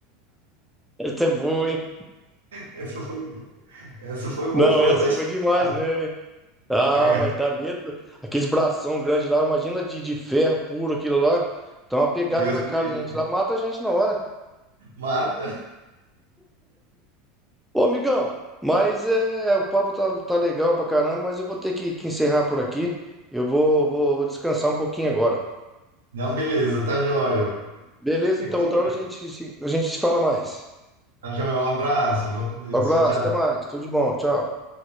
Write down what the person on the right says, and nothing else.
Essa foi Essa foi boa,
falou,
tá explicado.
É.
Deus
me
livre.
Mata.
Não, beleza, tá jóia.
Fica
com
Deus.
Tá jóia, um abraço. Vou com Deus.
Tchau, tchau.